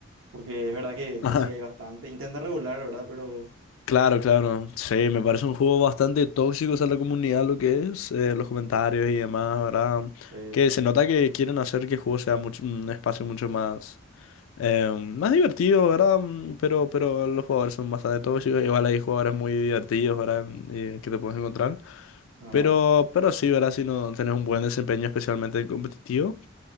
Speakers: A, on the right (about 85°); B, on the left (about 70°).
A: Porque es verdad que,
B: <laughs>
A: que sí hay bastante. Intenta regular, ¿verdad? Pero...
B: Claro, claro. Sí, me parece un juego bastante tóxico, o sea, la comunidad, lo que es, eh, los comentarios y demás, ¿verdad?
A: Sí.
B: Que se nota que quieren hacer que el juego sea mucho, un espacio mucho más, eh, más divertido, ¿verdad? Mm, Pero, pero los jugadores son bastante tóxicos, igual hay jugadores muy divertidos, ¿verdad? Y que te puedes encontrar.
A: Ajá.
B: Pero, pero sí, ¿verdad? Si no tenés un buen desempeño, especialmente en competitivo,